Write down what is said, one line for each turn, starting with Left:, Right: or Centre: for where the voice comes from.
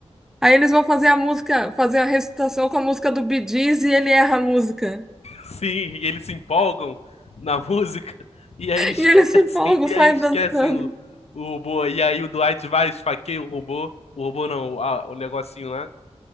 Centre: Aí eles vão fazer a música, fazer a recitação com a música do Bee Gees e ele erra a música.
Left: Sim, e eles se empolgam na música e aí esquecem,
Centre: E ele se empolga,
Left: e
Centre: sai
Left: aí esquecem
Centre: dançando.
Left: o, o robô. E aí o Dwight vai, esfaqueia o robô. O robô não, o, a- o negocinho lá.